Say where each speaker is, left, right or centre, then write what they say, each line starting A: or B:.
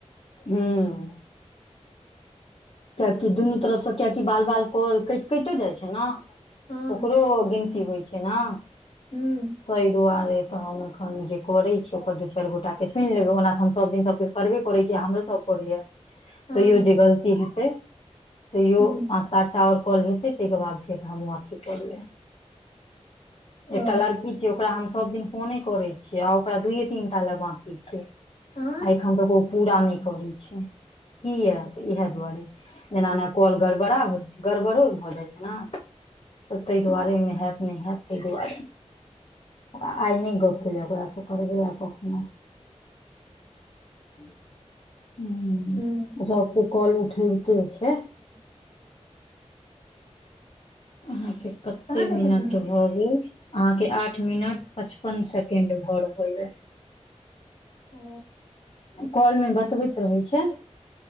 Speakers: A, on the left (about 55°); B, on the left (about 80°).
A: हुं। कियाकि दुनू तरफ से कियाकि बाल-बाल कॉल केट कैटे जाय छै ना।
B: हँ
A: ओकरो गिनती होय छै ना।
B: हुं।
A: तै दुआरे तऽ हम एखन जे करै छी ओकर दू-चार गोटा के सुन लेबै ओना तऽ हम सब दिन सबके करबे करै छै, हमरो सब करैया
B: हँ
A: तैयो जे गलती हेतै तैयो
B: हूँ
A: अहाँ आठटा और कॉल हेतै तै के बाद फेर हमु अथी करबेै। एकटा
B: ओ
A: लड़की छी ओकरा हम सब दिन फोने करे छियै आ ओकरा दुये-तीनटा लए बाकी छै। ए
B: हँ
A: एखन तक ओ पूरा नै करै छै किया तऽ इहाए दुआरे। ऐना नै कॉल गड़बड़ा भ गड़बड़ो भऽ जाय छै नै। तऽ तै दुआरे ओयमे हैत नै हैत तै दुआरे। अ आय नै गप्प केलये ओकरा से करबै आब कखनो। हूं
B: हूँ
A: सबके कॉल उठैबते छै।
B: <inaudible>
A: अहाँके कत्ते
B: कहाँ के
A: मिनट
B: छथिन
A: भऽ
B: से
A: गेल? अहाँके आठ मिनट पचपन सेकेंड भऽ रहल अय।
B: ओ
A: कॉल में बतबैत रहै छै